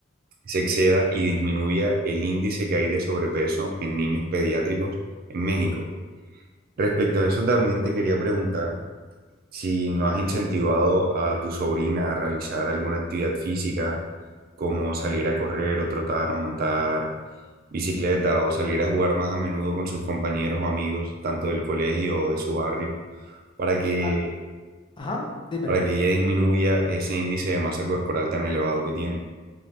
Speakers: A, on the right; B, on the left.
A: se exceda y disminuya el índice que hay de sobrepeso en niños pediátricos en México. Respecto a eso, también te quería preguntar si no has incentivado a tu sobrina a realizar alguna actividad física, como salir a correr o trotar o montar bicicleta o salir a jugar más a menudo con sus compañeros o amigos, tanto del colegio o de su barrio, para que,
B: A- Ajá, dime.
A: para que ella disminuya ese índice de masa corporal tan elevado que tiene.